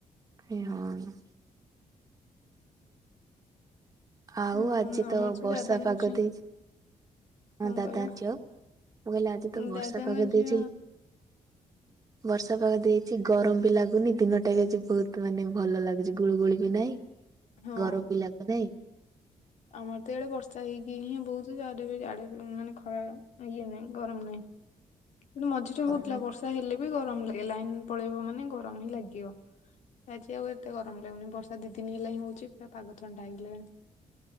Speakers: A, on the right (about 30°); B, on the left (about 70°).
A: ଏ ହଁ। ଆଉ
B: ହୁଁ
A: ଆଜି
B: ଆମର
A: ତ
B: ସେ
A: ବର୍ଷା
B: ଦାଦାଙ୍କ
A: ପାଗ
B: ଝିଅ
A: ଦେଇଚି।
B: କଣ
A: ହଁ ଦାଦାଙ୍କ
B: କହିଲ
A: ଝିଅ ମୁଁ କହିଲି ଆଜି ତ
B: ଉଁ,
A: ବର୍ଷା
B: ଦାଦାଙ୍କ
A: ପାଗ
B: ଝିଅ
A: ଦେଇଚି। ବର୍ଷା ପାଗ ଦେଇ କିଛି ଗରମ ବି ଲାଗୁନି ଦିନଟା ବି ଆଜି ବହୁତ୍ ମାନେ ଭଲ ଲାଗୁଛି ଗୁଳୁଗୁଳି ବି ନାହିଁ।
B: ହଁ।
A: ଗରମ ବି ଲାଗୁନାହିଁ।
B: ଆମର ତ ଏଡେ ବର୍ଷା ହେଇକି ହିଁ ବହୁତ୍ ଆଡେବି ଯାଡେବି ମାନେ ଖରା ଇଏ ନାହିଁ ଗରମ ନାହିଁ। କିନ୍ତୁ ମଝିରେ
A: କଣ
B: ହଉଥିଲା ବର୍ଷା ହେଲେ ବି ଗରମ ଲାଗେ ଲାଇନି ପଳେଇବ ମାନେ ଗରମ ହିଁ ଲାଗିବ। ଆଜି ଆଉ ଏତେ ଗରମ ଲାଗୁନି ବର୍ଷା ଦି ଦିନି ହେଲା ହିଁ ହୋଉଚି ପୁରା ପାଗ ଥଣ୍ଡା ହେଇଗଲାଣି।